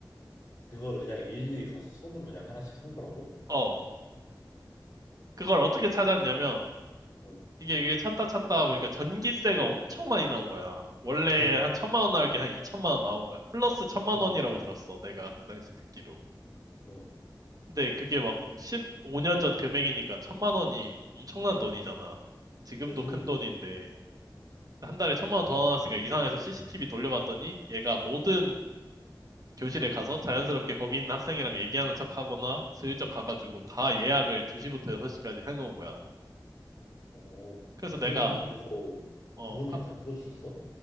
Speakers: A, on the left (about 40°); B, on the right (about 50°).
A: 그거를 그냥 일일이 가서 손으로 그냥 하나씩 한 거라고?
B: 어. 그걸 어떻게 찾았냐면,
A: 응,
B: 이게, 이게 찾다 찾다 보니까 전기세가 엄청 많이 나온 거야. 원래
A: 응,
B: 한 천만 원 나올 게 한 2천만 원 나온 거야. 플러스 천만
A: 어,
B: 원이라고 들었어. 내가 그 당시 듣기로.
A: 어,
B: 근데 그게 막 15년 전 금액이니까 천만 원이 엄청난 돈이잖아. 지금도
A: 그지.
B: 큰 돈인데. 한 달에 천만 원 더 나왔으니까 이상해서 CCTV 돌려봤더니 얘가 모든 교실에 가서 자연스럽게 거기 있는 학생이랑 얘기하는 척 하거나 슬쩍 가가지고 다 예약을 2시부터 6시까지 해놓은 거야.
A: 어,
B: 그래서
A: 그러면은
B: 내가,
A: 그거
B: 어,
A: 부모님이
B: 아,
A: 다 물어주셨어?